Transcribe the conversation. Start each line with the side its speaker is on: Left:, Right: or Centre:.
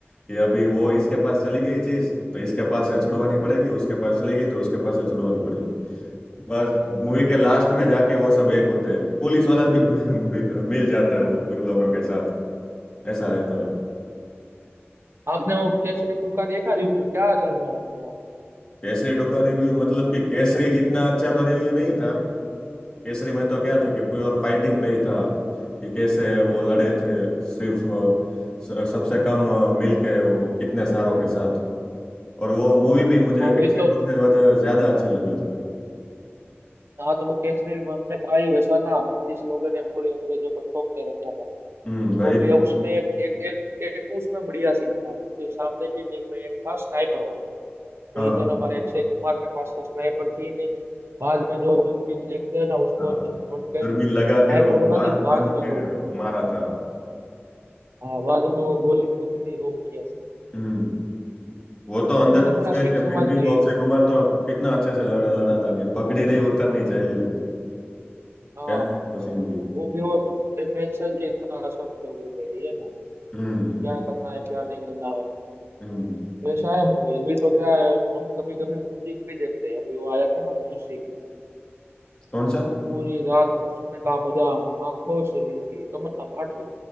Left: कि अभी वो इसके पास चली गई चीज तो इसके पास से छुड़वानी पड़ेगी उसके पास चली गई तो उसके पास से छुड़वानी पड़ेगी बस मूवी के लास्ट में जाके वो सब एक होते हैं पुलिस वाला भी <laughs> मिल जाता है उन उन लोगों के साथ ऐसा रहता है
Right: आपने वो केसरी टू का देखा रिव्यू क्या चल रहा है अभी आप
Left: केसरी टू का रिव्यू मतलब कि केसरी जितना अच्छा तो रिव्यू नहीं था केसरी में तो क्या था कि प्योर फाइटिंग पे ही था कि कैसे वो लड़े थे सिर्फ अ, स- सबसे कम अ, मिलके वो कितने सारों के साथ और वो मूवी भी मुझे
Right: हाँ वही
Left: केसरी
Right: तो
Left: टू से ज्यादा ज्यादा अच्छी लगी थी
Right: हाँ तो वो केसरी वन में था ही वैसा ना बत्तीस लोगों ने पूरी अंग्रेजों को ठोक के रखा था
Left: हम्म वही
Right: वो भी उसमें एक एक एक, एक उसमें बढ़िया सीन था क्योंकि सामने की टीम में एक था स्नाइपर वाला तो
Left: हाँ
Right: इधर हमारे अक्षय कुमार के पास तो स्नाइपर थी ही नहीं बाद में जो दूरबीन देखते हैं ना उसको
Left: हाँ
Right: छोड़ के
Left: दूरबीन
Right: स्नाइपर
Left: लगा के वो
Right: बना
Left: बांध
Right: दी बाद
Left: बांध
Right: में
Left: के
Right: गोली ठोकी
Left: मारा था
Right: हाँ बाद में वो गोली ठोकी थी वो बढ़िया सीन
Left: हम्म वो तो अंदर
Right: उसमें तो
Left: घुस
Right: पूरा
Left: गए
Right: सिख
Left: थे
Right: समाज
Left: फिर भी
Right: का ही
Left: वो अक्षय
Right: है
Left: कुमार तो कितना अच्छे से लड़ा लड़ा था कि पगड़ी नहीं उतरनी चाहिए
Right: हाँ
Left: प्यार पसंद भी
Right: वो भी वो मैसेज था सब लोगों के लिए ना
Left: हम्म हम्म
Right: क्या करना है क्या नहीं करना है
Left: हम्म।
Right: पेश आया मूवी अभी तो क्या है हम कभी कभी म्यूजिक भी देखते हैं अभी वो आया था ना म्यूजिक
Left: कौन सा
Right: पूरी रात उसमें का मजा आंखों से लीजिए तमन्ना भाटिया